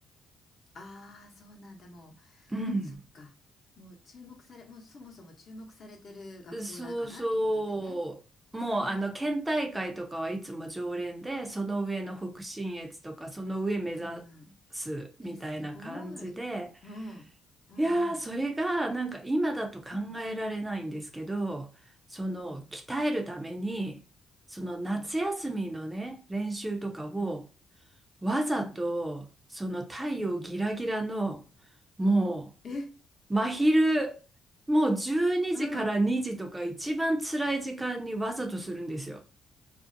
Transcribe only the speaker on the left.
ああ、そうなんだ。もう、
そっか。もう注目され、もうそもそも注目されてる学校だからってことでね。
うん。うん
うん。
え、すごい。うん。うんうん
うん。
うん
うん
うん
うんうんえ、
うん。